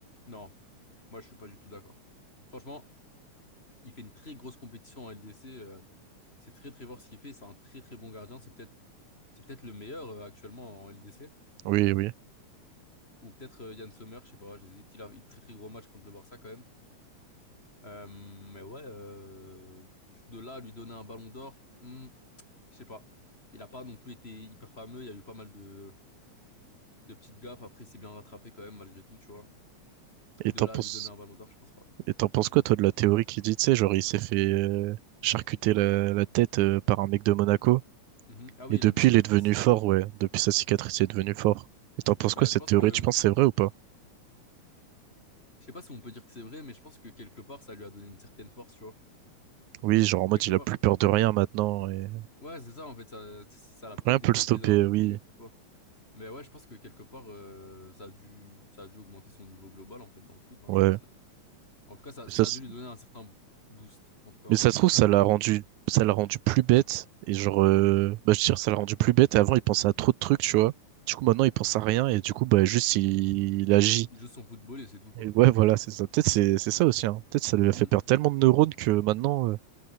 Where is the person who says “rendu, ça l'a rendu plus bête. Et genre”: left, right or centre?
Right